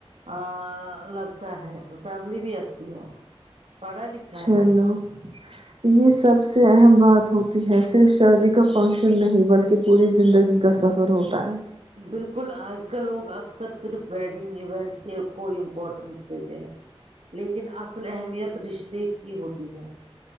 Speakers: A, on the right; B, on the right.
A: ا لگ اچا ہے اور فیملی بھی اچھی ہے پڑھا لکھا
B: چلو
A: ہے
B: یہ سب سے اہم بات ہوتی ہے صرف شادی کا فنکشن نہیں بلکہ پوری زندگی کا سفر ہوتا ہے
A: بالکل آج کل لوگ اکثر صرف ویڈنگ ایونٹ کو امپورٹنس دیتے ہیں لیکن اصل اہمیت رشتے کی ہوتی ہے